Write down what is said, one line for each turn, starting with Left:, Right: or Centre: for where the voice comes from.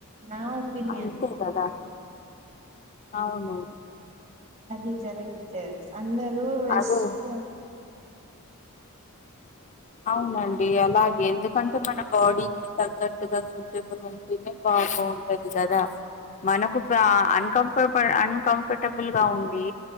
Right: నా ఒపీనియన్
Left: అంతే దా అవును
Right: అదికరగతే అందరు
Left: అదే
Right: ఎస్ ట్
Left: అవునండి అలాగే ఎందుకంటే మన బాడీకి తగ్గట్టుగా బపి బాపు పది కద <unintelligible> మనకు ఫ అన్కంఫర్ట అన్కంఫర్టబుల్ గా ఉంది